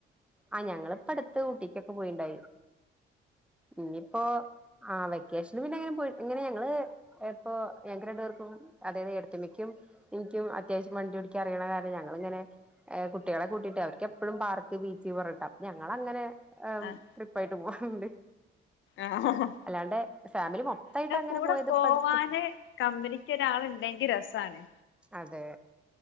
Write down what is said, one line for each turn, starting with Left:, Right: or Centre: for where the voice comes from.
Centre: ആഹ് ഞങ്ങളിപ്പോ അടുത്ത് ഊട്ടിക്കൊക്കെ പോയിണ്ടായി ഇനിയിപ്പോ ആഹ് വെക്കേഷന് പിന്നെങ്ങനെ പോയ്‌ എങ്ങനെ ഞങ്ങള് എപ്പോ ഞങ്ങക്ക് രണ്ട് പേർക്കും അതായത് ഏടത്തിയമ്മക്കു ഇൻക്കും അത്യാ അത്യാവശ്യം വണ്ടി ഓടിക്കാൻ അറിയണ കാരണം ഞങ്ങളിങ്ങെനെ കുട്ടികളെ കൂട്ടീട്ട് അവർക്കെപ്പളും പാർക്ക് ബീ ച്ച്, പറട്ടാ ഞങ്ങളങ്ങനെ
Left: ആഹ്
Centre: ട്രിപ്പായിട്ട് പോവാറുണ്ട്
Left: ആഹ്
Centre: അല്ലാണ്ടെ ഫാമിലി മൊത്തായിട്ട് അങ്ങനെ
Left: കൂടെ
Centre: പോയത്
Left: പോവാന്
Centre: ഇപ്പ അടുത്ത്
Left: കമ്പനിക്ക് ഒരാളുണ്ടെങ്കിൽ രസാണ്
Centre: അതെ